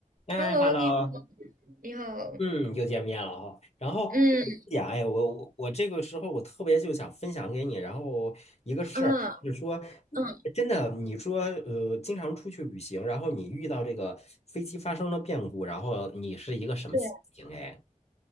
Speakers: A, on the left (about 50°); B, on the right (about 85°).
A: 哎，Hello，
B: Hello，你好，你好，
A: 嗯，又见面了哈。然后哎呀，
B: 嗯
A: 哎，我我我这个时候我特别就想分享给你，然后一个事儿就是说，
B: 啊嗯，
A: 真的，你说呃，经常出去旅行，然后你遇到这个飞机发生了变故，然后你是一个什么心情？
B: 对，
A: 哎，